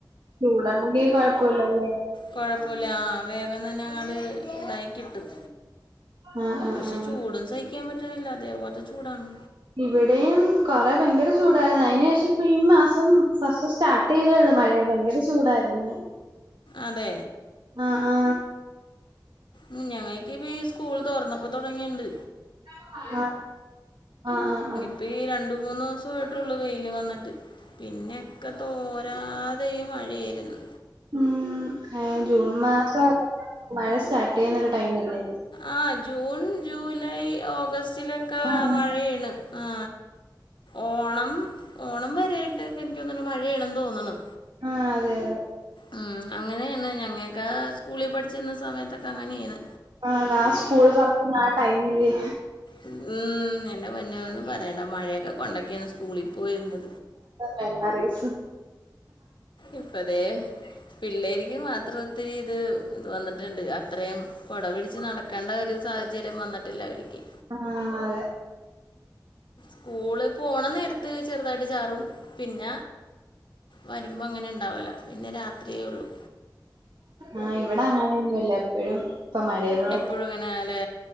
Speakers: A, on the right; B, on the left.
A: <unintelligible> കൊഴപ്പല്ലല്ലേ
B: കൊഴപ്പല്ല ആ വേഗം തന്നെ അങ്ങട് ഇതായി കിട്ടും.
A: ആഹ് ആഹ്
B: പക്ഷെ
A: ആഹ്
B: ചൂടും സഹിക്കാൻ പറ്റണില്ല അതേപോലത്ത ചൂടാണ്
A: ഇവിടെയും കൊറേ ഭയങ്കര ചൂടായിരുന്നു അയിന് ശേഷം ഇപ്പ ഈ മാസം ഫസ്റ്റ് <unintelligible> <unintelligible> ചൂടായിരുന്നു
B: അതെ
A: ആ ആ
B: ഉം ഞങ്ങക്ക് ഇപ്പ ഈ സ്കൂൾ തുറന്നപ്പോ തുടങ്ങിയിണ്ട്
A: <unintelligible> ആ ആ ആ
B: <unintelligible> ഈ രണ്ട മൂന്ന് ദിവസമായിട്ടുള്ളൂ വെയിൽ വന്നിട്ട് പിന്നെ <unintelligible> തോരാതെ ഈ മഴയായിരുന്നു
A: ഉം ജൂൺ മാസം <unintelligible> മഴ സ്റ്റാർട്ട് ചെയ്യുന്ന ഒരു ടൈമല്ലേ.
B: ആ ജൂൺ ജൂലൈ ഓഗസ്റ്റിലൊക്കെ
A: ആഹ്
B: മഴേണ് ആ ഓണം ഓണം വരായിട്ടക്ക എനിക്ക് തോന്നണ് മഴയണന്ന് തോന്നണ്
A: ആ അതെ അതെ
B: ഉം അങ്ങനെയാണ് ഞങ്ങക്കെ സ്കൂളിൽ പഠിച്ചിരുന്ന സമയത്തൊക്കെ അങ്ങനെയണ്
A: ആ അതാ ആ സ്കൂൾ <unintelligible> ആ ടൈമില്
B: ഉം എന്റെ പൊന്നേ ഒന്നും പറയണ്ട മഴയൊക്കെ കൊണ്ടക്കെയാണ് സ്കൂളിൽ പോയിരുന്ന്
A: മെമ്മറീസ്
B: ഇപ്പതേ പിള്ളേക്ക് മാത്രം ഇത്തിരി ഇത് ഇത് വന്നിട്ടുണ്ട് അത്രയും കൊട പിടിച്ച് <unintelligible> <unintelligible> ഒരു സാഹചര്യം വന്നിട്ടില്ല അവർക്ക്
A: ആ അതെ
B: സ്കൂള് പോണ നേരത്ത് ചെറുതായിട്ട് ചാറും പിന്ന വരുമ്പോ അങ്ങനെ ഇണ്ടാവില്ല പിന്നെ രാത്രിയേ ഉള്ളൂ
A: ആ ഇവിടെ അങ്ങനെയൊന്നുംല്ല എപ്പോഴും ഇപ്പ മഴയാ
B: എപ്പോഴും ഇങ്ങനെല്ലേ